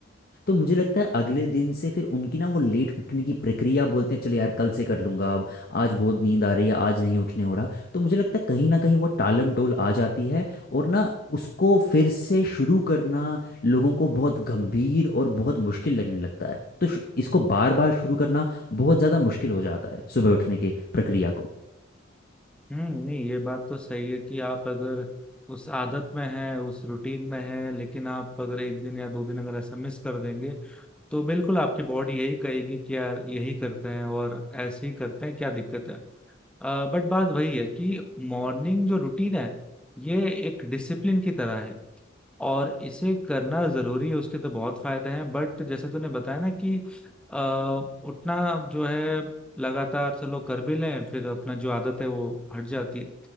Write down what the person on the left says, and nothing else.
तो मुझे लगता है अगले दिन से फिर उनकी ना वो लेट उठने की प्रक्रिया बोलते हैं चलो यार कल से कर लूंगा अब आज बहुत नींद आ रही है आज नहीं उठने हो रहा तो मुझे लगता है कहीं ना कहीं वो टालम टोल आ जाती है और ना उसको फिर से शुरू करना लोगों को बहुत गंभीर और बहुत मुश्किल लगने लगता है तो शु- इसको बार बार शुरू करना बहुत ज़्यादा मुश्किल हो जाता है सुबह उठने की प्रक्रिया को